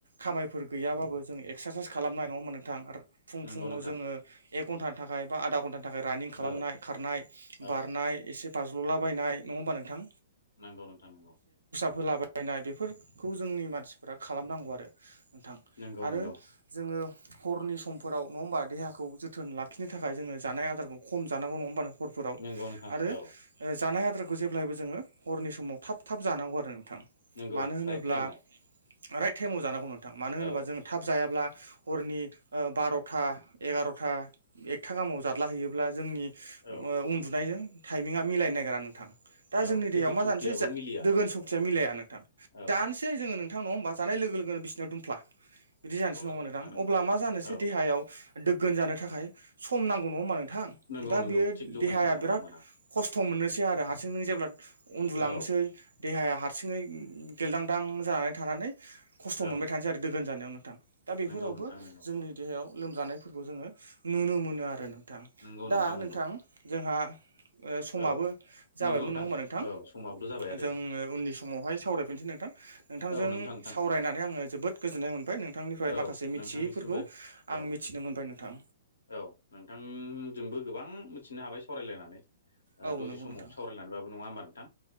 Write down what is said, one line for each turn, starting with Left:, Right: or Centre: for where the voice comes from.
Right: खामायफोर गैयाबाबो जों एक्सारसाइस खालामनाय नङा होमबा नोंथां आरो फुं
Left: नंगौ
Right: फुङाव
Left: नोंथां
Right: जोङो एक घन्टानि थाखाय बा आधा घन्टानि थाखाय थाखाय रानिं खालामनाय
Left: औ
Right: खारनाय
Left: औ
Right: बारनाय एसे बाज्ल'लाबायनाय नङा होमबा नोंथां
Left: नंगौ नोंथां नगौ
Right: बोलाबायनाय बेफोरखौ जोंनि मानसिफ्रा खालामनांगौ आरो नोंथां
Left: नंगौ
Right: आरो
Left: नंगौ
Right: जोङो हरनि समफोराव नङा होमबा देहाखौ जोथोन लाखिनो थाखाय जोङो जानाय आदारखौ खम जानांगौ नङा होनबा नोंथां हरफोराव
Left: नंगौ नोंथां
Right: आरो
Left: औ
Right: जानाय आदारखौ जेब्लायबो जोङो हरनि समाव थाब थाब जानांगौ आरो नोंथां
Left: नंगौ
Right: मानो होनोब्ला
Left: राइट टाइमाव
Right: राइट टाइमाव जानांगौ नोंथां मानो होनोब्ला
Left: औ
Right: जोंङ थाब जायाब्ला हरनि बार'था एगार'था एकथा गामाव जादला हैयोब्ला जोंनि
Left: औ
Right: उन्दुनायजों थटाइमिंआ मिलायनो नागिरा नोंथां। दा
Left: औ
Right: जोंनि
Left: दोगोन
Right: दैहायाव मा
Left: सक्तियाबो
Right: जानोसै
Left: मिलिया
Right: दोगोन सक्तिया
Left: औ
Right: मिलाया नोंथां
Left: औ
Right: जानोसै जोङो नोंथां। थां नङा होमबा जानाय लोगो लोगोनो बिसिनिाव दुमफ्ला बिदि
Left: नंगौ
Right: जानोसै नङा
Left: नंगौ
Right: नोंथां
Left: नंगौ
Right: अब्ला मा जानोसै
Left: औ
Right: देहायाव दोगोन जानो थाखाय सम नांगौ नङा होमबा नों दा
Left: नंगौ नंगौ
Right: बियो
Left: थिग जखानि
Right: देहाया
Left: समाव
Right: बिराद
Left: मोना
Right: खस्थ' मोननोसै आरो हारसिंनो जेब्ला उन्दुलांनोसो
Left: औ
Right: सै देहाया हारसिङै गेलदांदां जानानै थानानै खस्थ' मोनबाय
Left: औ
Right: थानोसै आरो दोगोन जानायाव नोंथां। दा बेफोरावबो
Left: नंगौ नोंथां नंगौ
Right: जोंनि देहायाव लोमजानायफोरखौ जोङो नुनो मोनो आरो नों नोंथां
Left: नंगौ
Right: दा नोंथां
Left: नंगौ
Right: जोंहा समाबो
Left: औ
Right: जाबायमोन
Left: नंगौ नोंथां
Right: नङा होमबा नोंथां।
Left: औ समाबोथ' जाबाय आरो
Right: जोङो उननि समावहाय सावरायफिनसै नोंथां नोंथांजों
Left: औ नोंथां नोंथां
Right: सावरायनानै
Left: नंगौ
Right: आङो जोब ोबोद गोजोननाय मोनबाय नोंथांनिफ्राय
Left: औ
Right: माखासे मिथियैफोरखौ
Left: नोंथांनिसिमबो
Right: आं
Left: औ
Right: मिथिनो मोनबाय नोंथां।
Left: औ नोंथांजोंबो गोबां मिथिनो हाबाय सावरायलायनानै
Right: औ
Left: दसे
Right: नंगौ
Left: समाव
Right: नोंथां
Left: सावरायनानैबाबो नङा होमबा नोंथां।